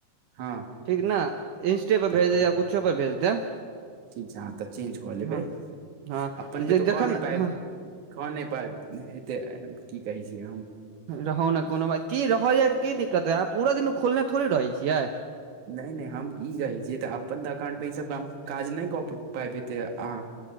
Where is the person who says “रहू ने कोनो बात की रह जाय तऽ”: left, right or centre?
Right